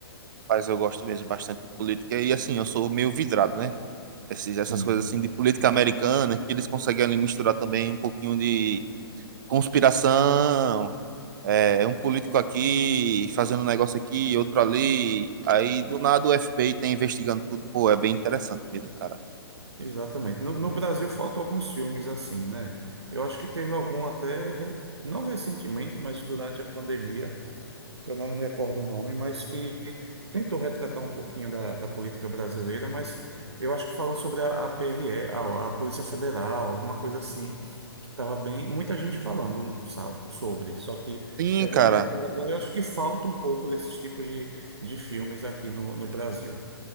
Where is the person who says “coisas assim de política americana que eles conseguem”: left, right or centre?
Right